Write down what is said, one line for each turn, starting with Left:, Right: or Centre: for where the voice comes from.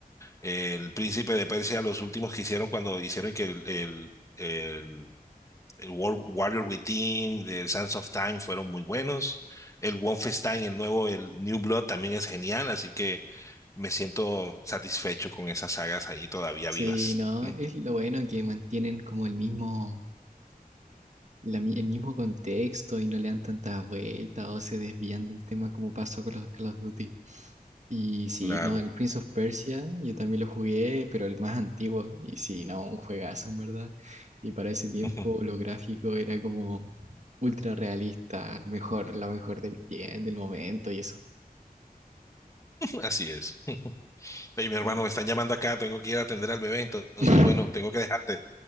Left: El Príncipe de Persia, los últimos que hicieron cuando hicieron que el, el- el el World Warrior Within, el Sands of Time fueron muy buenos. El Wolfenstein, el nuevo, el New Blood también es genial, así que me siento satisfecho con esas sagas ahí todavía
Right: Sí,
Left: vivas.
Right: no,
Left: ¿no?
Right: es lo bueno que mantienen como el mismo, la mi- el mismo contexto y no le dan tantas vueltas o se desvían del tema como pasó con los Call of Duty. Y sí,
Left: Claro.
Right: no, el Prince of Persia, yo también lo jugué, pero el más antiguo. Y sí, no, un juegazo, en verdad. Y para ese tiempo
Left: <laughs>
Right: lo gráfico era como ultra realista, mejor, lo mejor del tiempo, del momento y eso.
Left: Así es. Oye, mi hermano,
Right: Ah, bueno.
Left: me están llamando acá, tengo que ir a atender al bebé, entonces,
Right: <laughs>
Left: bueno, tengo que dejarte.